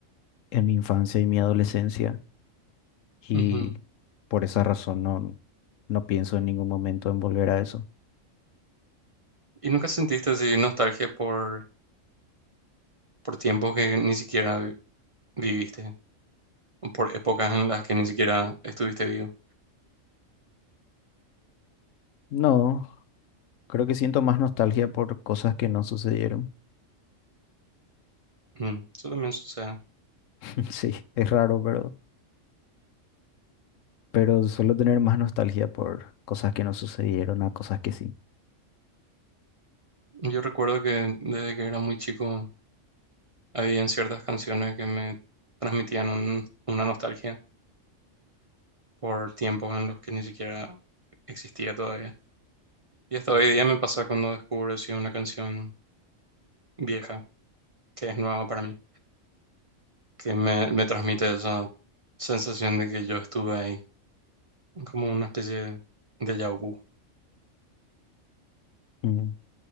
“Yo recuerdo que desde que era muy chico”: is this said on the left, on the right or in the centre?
Right